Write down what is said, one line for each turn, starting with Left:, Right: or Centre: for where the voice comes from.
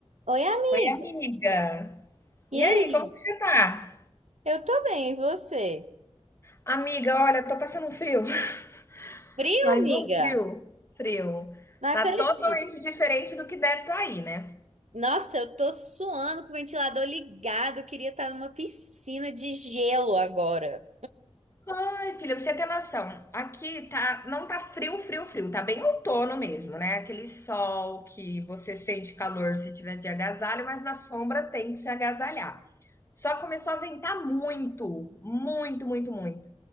Right: Oi, amiga.
Left: Oi, amiga.
Right: E
Left: E
Right: aí?
Left: aí, como que você tá?
Right: Eu tô bem, e você?
Left: Amiga, olha, tô passando um frio, <laughs>
Right: Frio,
Left: mas
Right: amiga?
Left: um frio, frio.
Right: Não acredito.
Left: Tá totalmente diferente do que deve estar aí, né?
Right: Nossa, eu tô suando com o ventilador ligado. Eu queria estar numa piscina de gelo agora.
Left: Ai, filha, você tem noção. Aqui tá, não tá frio, frio, frio. Tá bem outono mesmo, né? Aquele sol que você sente calor se tiver de agasalho, mas na sombra tem que se agasalhar. Só começou a ventar muito, muito, muito, muito.